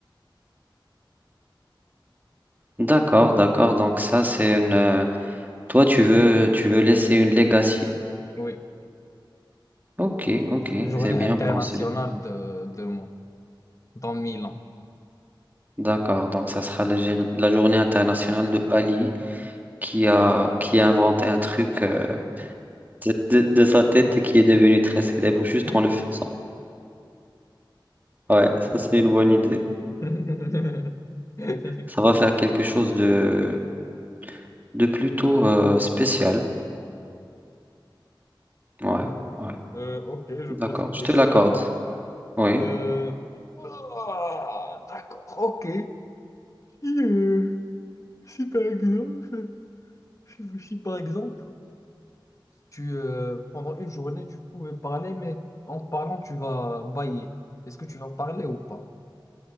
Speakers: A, on the right (about 20°); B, on the left (about 40°).
A: d'accord, d'accord. Donc ça c'est une euh, Toi, tu veux, tu veux laisser une legacy.
B: Oui,
A: Ok, ok,
B: c'est la journée
A: c'est bien
B: internationale
A: pensé.
B: de, de moi, dans mille ans.
A: D'accord, donc ça sera la, gér- la journée internationale de Ali qui a, qui a inventé un truc euh, de, de- de sa tête et qui est devenu très célèbre juste
B: <laughs>
A: en le faisant. Ouais, ça c'est une bonne idée.
B: <laughs> Mhm.
A: Ça va faire quelque chose de, de plutôt euh, spécial. Ouais,
B: Mhm.
A: ouais,
B: Euh, ok, je
A: d'accord,
B: pose une
A: je
B: question.
A: te l'accorde. Oui,
B: Euh, ah, d'accord, ok. Si, euh, si par exemple, si, si par exemple, tu, euh, pendant une journée, tu pouvais parler, mais en parlant, tu vas bailler. Est-ce que tu vas parler ou pas?